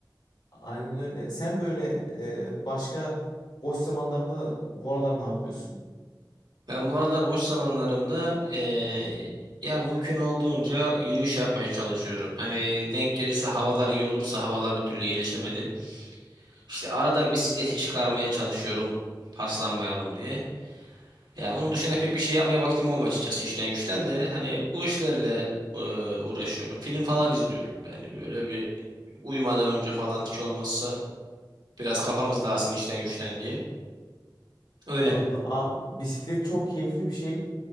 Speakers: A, on the left; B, on the right.
A: Aynen öyle. Sen böyle e, başka boş zamanlarında bu aralar ne yapıyorsun?
B: Ben bu aralar boş zamanlarımda eee, ya mümkün olduğunca yürüyüş yapmaya çalışıyorum. Hani denk gelirse havalar iyi olursa havalar bir türlü iyileşemedi. İşte arada bisikleti çıkarmaya çalışıyorum paslanmayalım diye. Ya onun dışında pek bir şey yapmaya vaktim olmuyor açıkçası işten güçten de hani bu işlerle eee, uğraşıyorum. Film falan izliyorum yani böyle bir uyumadan önce falan hiç olmazsa Biraz kafamız dağılsın işten güçten diye. Öyle.
A: Anladım. Abi bisiklet çok keyifli bir şey.